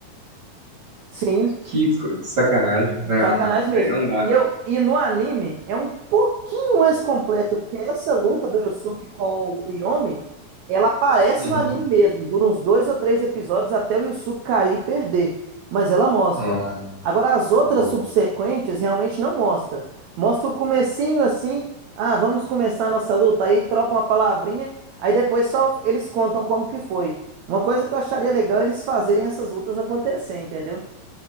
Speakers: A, on the right; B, on the right.
A: Sim.
B: Que co- sacanagem. Não,
A: Sacanagem
B: não.
A: mesmo.
B: Daí não dá.
A: E, eu, e no anime é um pouquinho mais completo, porque essa luta do Yusuke com o Yomi, ela aparece
B: Uhum.
A: no anime mesmo. Dura uns dois ou três episódios até o Yusuke cair e perder. Mas ela mostra.
B: Ah,
A: Agora, as outras
B: boa.
A: subsequentes realmente não mostra. Mostra o comecinho assim, ah, vamos começar a nossa luta. Aí troca uma palavrinha, aí depois só eles contam como que foi. Uma coisa que eu acharia legal é eles fazerem essas lutas acontecer, entendeu?